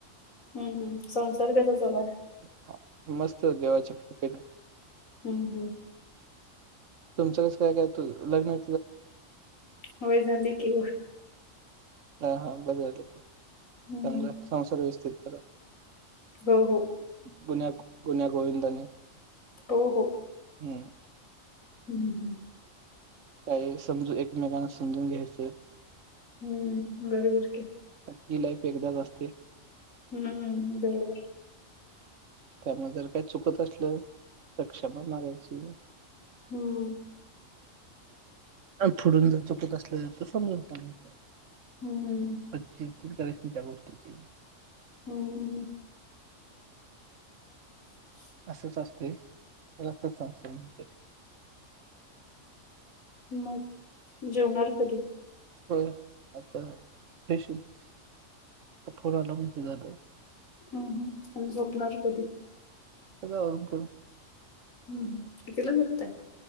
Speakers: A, on the left (about 85°); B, on the right (about 70°).
A: हम् हम संसार कसा चालाय
B: हां, मस्त देवाच्या कृपेने
A: हम्म हम्म
B: तुमचं कसं काय काय लग्ना
A: होय झाली की,
B: हा हा बर झाले
A: हम्म
B: चांगला संसार व्यवस्थित करा.
A: हो हो
B: गुन्या गुन्या गोविंदाने
A: हो हो
B: हम्म
A: हं हं
B: काही समजून एकमेकांना समजून घ्यायचं
A: हम्म बरोबर की,
B: ही लाईफ एकदाच असते.
A: हम्मम बरोबर,
B: त्यामुळे जर काही चुकत असलं तर क्षमा मागायची.
A: हम्म-
B: फुडून चुकत असल्या तर समजून सांगयचं
A: हम्म
B: चिडचिड करायची नाही त्या गोष्टीची
A: हम्म ह <unintelligible>
B: असंच असतें तर असतंच सांगत म्ह त्या
A: मग जेवणार कधी?
B: होय आता फ्रेश आला म्हणजे झालं
A: हम् आणि झोपणार कधी?
B: ग ून करून
A: हम् हम कितीला झोपतात?